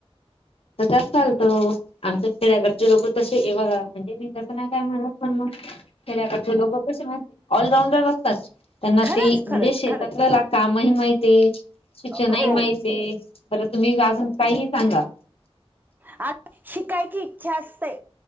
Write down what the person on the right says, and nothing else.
खरंच
खरंच
खरंच
हो
आत शिकायची इच्छा असते